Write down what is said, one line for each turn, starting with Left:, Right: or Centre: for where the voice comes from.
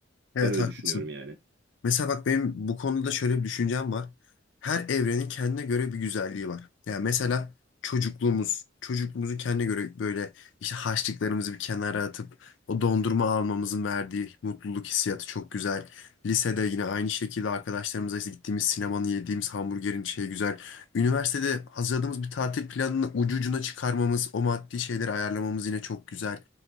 Left: Evet
Right: Ben öyle
Left: haklısın.
Right: düşünüyorum yani.
Left: Mesela bak benim bu konuda şöyle bir düşüncem var. Her evrenin kendine göre bir güzelliği var. Yani mesela çocukluğumuz, çocukluğumuzu kendine göre böyle işte harçlıklarımızı bir kenara atıp o dondurma almamızın verdiği mutluluk hissiyatı çok güzel. Lisede yine aynı şekilde arkadaşlarımızla işte gittiğimiz sinemanın yediğimiz hamburgerin şeyi güzel. Üniversitede hazırladığımız bir tatil planını ucu ucuna çıkarmamız, o maddi şeyleri ayarlamamız yine çok güzel.